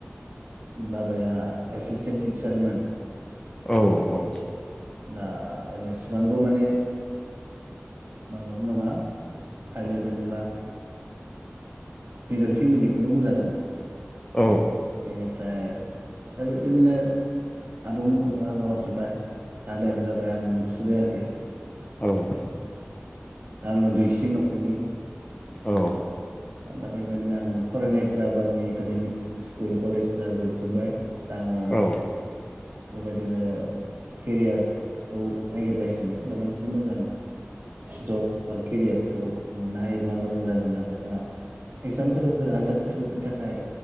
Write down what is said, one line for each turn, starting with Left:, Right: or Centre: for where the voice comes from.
Right: बाबाया एसिसटेन्ट टिचारमोन।
Left: औ औ।
Right: दा बेसेबांबो माने माबाबो नङा हाइ लेभेलनि बा मिदल फेमिलिखौनो बुंजागोन।
Left: औ
Right: एनिफ्राय दा बेबायदिनो आब'मोनखौबो हाबा हरजोब्बाय। दादायाबो जाबाय आंलुसो जायाखै। खै।
Left: औ।
Right: दा आंनो दुइसिन न'खरनि।
Left: औ।
Right: दा बेबायदिनो आं फरायनायफ्राबो आंनि एकाडेमिक स्कुल कलेजफ जोबजोब्बाय। दा आङो
Left: औ
Right: बेबायदिनो केरियारखौ नागिरगासिनो माबा मोनसे मोजां जब बा केरियारखौ मोननो हायोब्ला मोजां जागोन होननानै बा एगजामफोर आनजादफोरनि थाखाय